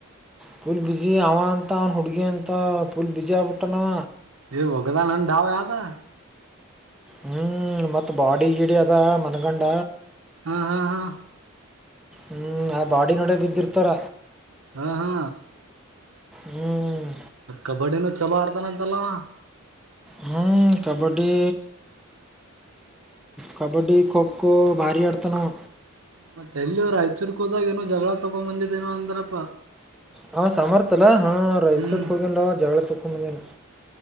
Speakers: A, in the centre; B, on the right (about 70°).
A: ಫುಲ್ ಬಿಜಿ, ಅವಂತ ಅವ್ನ ಹುಡ್ಗಿ ಅಂತ ಪೂಲ್ ಬಿಜಿ ಆಗ್ಬಿಟ್ಟಾನವ.
B: ಎ ವಗ್ದಾನ್ ಅಂತ ಯಾವ್ದಾ.
A: ಹ್ಮ್ ಮತ್ ಬಾಡಿ ಗಿಡಿ ಆದ ಮನ್ಗಂಡ.
B: ಹಾ ಹಾ ಹಾ
A: ಹ್ಮ್ ಆ ಬಾಡಿ ನೋಡೆ ಬಿದ್ದಿರ್ತಾರ.
B: ಹಾ ಹಾ
A: ಹ್ಮ್
B: ಮತ್ ಕಬಡ್ಡಿನೂ ಚಲೋ ಆಡ್ತಾನಂತಲವ.
A: ಹ್ಮ ಕಬಡ್ಡಿ. ಕಬಡ್ಡಿ ಖೋ ಖೋ ಭಾರಿ ಆಡ್ತಾನವ.
B: ಮತ್ತೆ ಎಲ್ಲಿ ಅವ್ರು ಆಯಚೂರ್ಕ ಹೋದಾಗ ಏನೋ ಜಗಳ ತೊಗೊಂಡ್ ಬಂದಿದ್ದೇನೋ ಅಂದ್ರಪ್ಪಾ
A: ಹಾಂ ಸಾಮರ್ಥ್ಯಲ್ಲ ಹಾಂ ರಾಯಸೂರ್ಗೆ
B: ಹ್ಮ್
A: ಹೋಗಿಿಲ್ಲ ಜಗಳ ಚೌಕ ಮಂದ